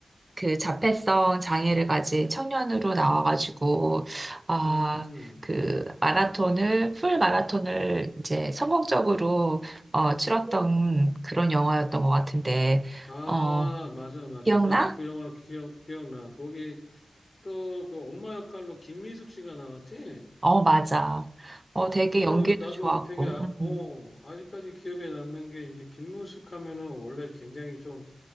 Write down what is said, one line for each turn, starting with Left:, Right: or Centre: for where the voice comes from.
Right: 그 자폐성 장애를 가진 청년으로 나와가지고 아,
Left: 음.
Right: 그 마라톤을 풀 마라톤을 이제 성공적으로 어, 치렀던 그런 영화였던 것 같은데
Left: 아,
Right: 어,
Left: 맞아, 맞아.
Right: 기억나?
Left: 나도 그 영화 기억, 기억나. 거기 또 그 엄마 역할로 김미숙 씨가 나왔지?
Right: 어, 맞아. 어, 되게
Left: 그,
Right: 연기도
Left: 나도
Right: 좋았고.
Left: 되게, 아, 어,
Right: 음,
Left: 아직까지 기억에 남는 게 이제 김미숙 하면은 원래 굉장히 좀